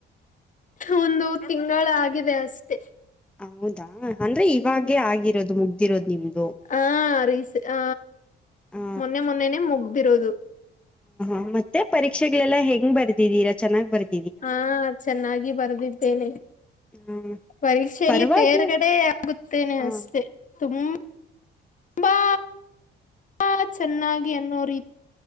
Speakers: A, on the left; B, in the centre.
A: ಒಂದು ತಿಂಗಳ ಆಗಿದೆ ಅಷ್ಟೆ.
B: ಹೌದಾ. ಅಂದ್ರೆ ಇವಾಗೇ
A: ಹ್ಮ್
B: ಆಗಿರೋದು ಮುಗ್ದಿರೋದು ನಿಮ್ದು.
A: ಹ ರೀಸ ಹ
B: ಹ
A: ಮೊನ್ನೆ ಮೊನ್ನೆನೆ ಮುಗ್ದಿರೋದು.
B: ಹ ಹ ಮತ್ತೆ ಪರೀಕ್ಷೆಗಳೆಲ್ಲಾ ಹೆಂಗ್ ಬರ್ದಿದೀರಾ ಚನ್ನಾಗ್ ಬರ್ತ.
A: ಹಾ ಚೆನ್ನಾಗಿ ಬರ್ದಿದ್ದೇನೆ.
B: ಹ್ಮ
A: ಪರೀಕ್ಷೆಯಲ್ಲಿ
B: ಪರವಾಗಿ
A: ತೇರ್ಗಡೆ ಆಗುತ್ತೇನೆ ಅಷ್ಟೆ
B: ಹ
A: ತುಂಬ. ಬಾ ಹ ಚೆನ್ನಾಗಿ ಅನ್ನೋ ರೀತಿ